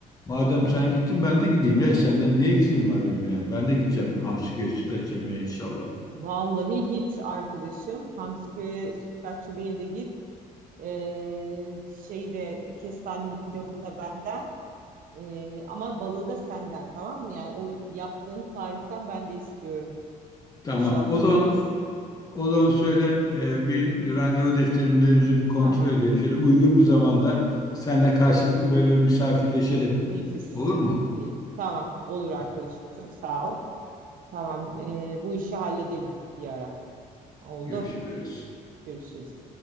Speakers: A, on the left; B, on the right.
A: madem sen gittin ben de gideyim ya. Senden niye eksiğim var benim yani? Ben de gideceğim hamsi köri sütlaç yemeye inşallah.
B: Vallahi git arkadaşım. Hamsi köye, Sütlaççı Bey'e de git. Ee, şeyde kestaneli pilavını da benden. Ee, ama balığı da senden tamam mı? Yani o yaptığın tariften ben de istiyorum.
A: Tamam.
B: İnşallah
A: O zaman
B: yeriz.
A: O zaman söyle e, bir randevu defterimizi bir kontrol
B: Tamam.
A: edelim. Şöyle uygun bir zamanda seninle karşılıklı böyle bir misafirleşelim.
B: Nefis.
A: Olur mu?
B: Çok iyi. Tamam. Olur arkadaşım.
A: Tamam,
B: Çok sağ ol. Tamam, e, bu işi halledelim bir ara. Oldu.
A: görüşürüz.
B: Görüşürüz.